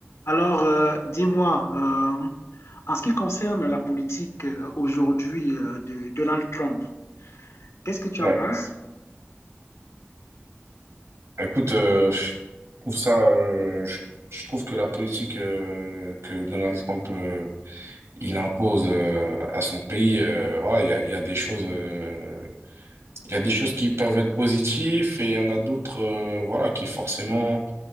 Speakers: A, on the left; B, on the right.
A: Alors, euh, dis-moi, euh, en ce qui concerne la politique euh, aujourd'hui euh, de Donald Trump, qu'est-ce que tu
B: Ouais.
A: en penses?
B: Écoute, euh, je trouve ça, euh, je, je trouve que la politique euh, que Donald Trump euh, il impose euh, à son pays, euh, voilà, il y a, il y a des choses, euh, il y a des choses qui peuvent être positives et il y en a d'autres, euh, voilà, qui forcément